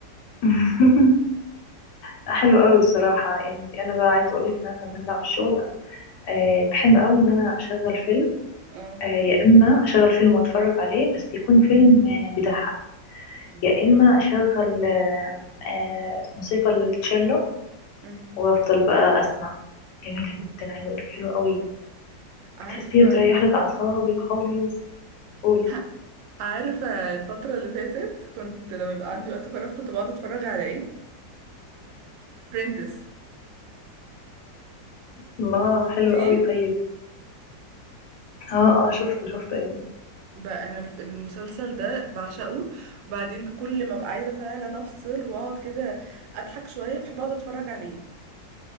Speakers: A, on the left (about 75°); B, on the right (about 85°).
A: <laughs> لا، حلو قوي بصراحة يا بنتي انا بقى عايزة اقولك ان انا لما ارجع من الشغل أه بحب قوي ان انا اشغل فيلم
B: اه
A: أه يا اما اشغل فيلم واتفرج عليه بس يكون فيلم آه، بيضحك
B: اه
A: يا اما اشغل أه أه موسيقى التشيلو
B: أمم.
A: وافضل بقى اسمع جميلة جدا عايزة اقولك حلوة قوي
B: عارفه
A: بتحسيها بتريح لك اعصابك خالص قولي
B: ه- عارفه الفتره اللي فاتت كنت لما يبقى عندي
A: مم.
B: وقت فراغ كنت بقعد اتفرج على ايه فريندس
A: الله
B: شفتيه
A: حلو قوي طيب
B: شفت-
A: اه اه شفته شفته يا بنتي
B: بقى انا الف- المسلسل ده بعشقه وبعدين كل ما ببقى عايزه فعلا افصل واقعد كده اضحك شويه بحب اقعد اتفرج عليه